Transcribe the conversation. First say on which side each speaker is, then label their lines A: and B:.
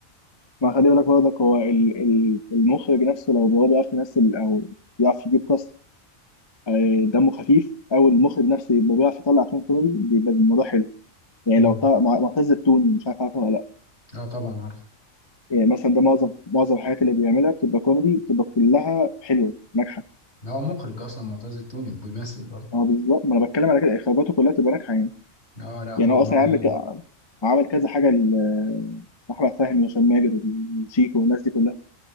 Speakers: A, on the left; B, on the left.
A: ما خلي بالك برضك هو ال- ال- المخرج نفسه لو هو بيعرف يمثل أو بيعرف يجيب كاست آه، دمه خفيف او المخرج نفسه يبقى بيعرف يطلع افلام كوميدي بيبقى الموضوع حلو يعني
B: مم.
A: لو طلع مع- معتز التوني مش عارف عارفه ولا لا
B: اه طبعا عارف
A: يعني مثلا ده معظم معظم الحاجات اللي بيعملها بتبقى كوميدي بتبقى كلها حلوه ناجحه
B: ده هو مخرج اصلا معتز التوني وبيمثل برضه
A: اه بالظبط ما انا بتكلم على كده اخراجاته كلها بتبقى ناجحه يعني
B: اه لا هو
A: يعني هو
B: دماغه
A: اصلا عامل
B: حلو
A: ك- عامل كذا حاجه ل- احمد فهمي وهشام ماجد وشيكو والناس دي كلها